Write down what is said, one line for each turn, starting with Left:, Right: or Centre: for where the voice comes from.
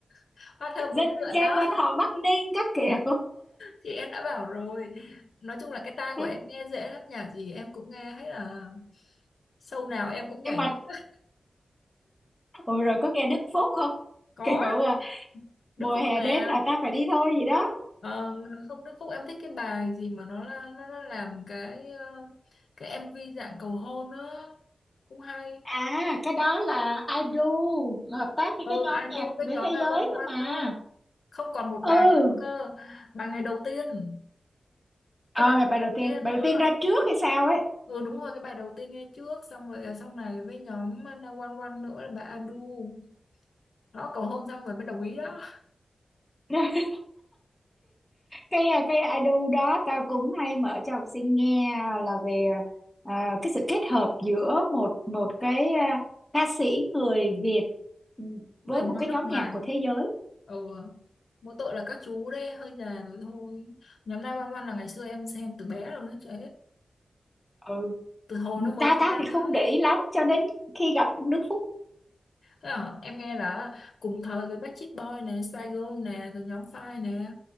Left: <laughs> hoa thơm
Centre: <laughs> dân
Left: bướm lượn
Centre: ca
Left: đó
Centre: quan họ Bắc Ninh các kiểu
Left: thì em đã bảo rồi nói chung là cái tai của
Centre: <laughs>
Left: em nghe dễ lắm nhạc gì em cũng nghe hết là show nào em cũng nhảy
Centre: nhưng mà
Left: hết
Centre: ôi rồi có nghe Đức Phúc không
Left: có
Centre: kiểu à,
Left: Đức
Centre: mùa hè
Left: Phúc nè
Centre: đến là ta phải đi thôi gì đó
Left: ờ, không Đức Phúc em thích cái bài gì mà nó là- nó nó làm cái ờ, cái MV dạng cầu hôn nữa cũng hay
Centre: à cái đó là IDU hợp tác với
Left: ừ
Centre: cái nhóm
Left: idol
Centre: nhạc
Left: với
Centre: về
Left: nhóm
Centre: thế
Left: 911
Centre: giới cơ mà
Left: đó không còn một
Centre: ừ
Left: bài nữa cơ bài ngày đầu tiên
Centre: ờ
Left: cái bài
Centre: ngày bài
Left: ngày đầu
Centre: đầu tiên
Left: tiên
Centre: bài
Left: đó
Centre: đầu tiên ra trước hay sao ấy
Left: ừ đúng rồi cái bài đầu tiên nghe trước xong rồi à, sau này với nhóm 911 nữa là bài Adu đó cầu hôn xong rồi mới đồng ý đó
Centre: <laughs> cái à, cái idol đó tao cũng hay mở cho học sinh nghe là về à, cái sự kết hợp giữa một một cái à, ca sĩ người Việt ừ,
Left: với
Centre: với một
Left: nhóm
Centre: cái
Left: nước
Centre: nhóm
Left: ngoài
Centre: nhạc của thế giới
Left: ừ mỗi tội là các chú đấy hơi già rồi thôi nhóm Nine One One là ngày xưa em xem từ bé rồi nó chứ
Centre: ừ
Left: từ hồi nó mới
Centre: ta
Left: ra
Centre: ta thì không
Left: á
Centre: để ý lắm cho đến khi gặp ông Đức Phúc
Left: Thế à, em nghe là cùng thời với Backstreet Boy nè Spice Girls nè rồi nhóm Five nè